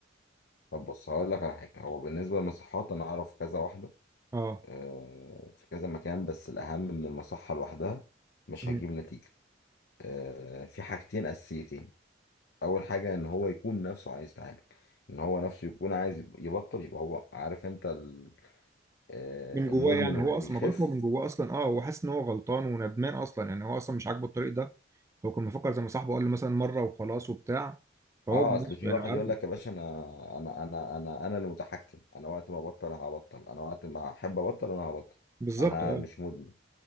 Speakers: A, on the left; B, on the right.
A: طب بص هقول لك على حاجه هو بالنسبه للمصحات انا اعرف كذا واحده
B: اه
A: آه، في كذا مكان بس الاهم من المصحه لوحدها مش
B: مم.
A: هجيب نتيجه آه، في حاجتين اساسيتين اول حاجه ان هو يكون نفسه عايز يتعالج ان هو نفسه يكون عايز يب- يبطل يبقى هو عارف انت ال- آه،
B: من جواه
A: المدمن
B: يعني
A: اللي
B: هو اصلا
A: بيخف
B: ما بالك هو من جواه اصلا اه هو حاسس ان هو غلطان وندمان اصلا يعني هو اصلا مش عاجبه الطريق ده هو كان مفكر زي ما صاحبه قال له مثلا مره وخلاص وبتاع فهو
A: اه
B: بنفسه
A: اصل في
B: يعني
A: واحد
B: عارف
A: يقول لك يا باشا انا انا انا انا انا اللي متحكم انا وقت ما ابطل هبطل انا وقت ما احب ابطل انا هبطل
B: بالظبط
A: انا
B: اه
A: مش مدمن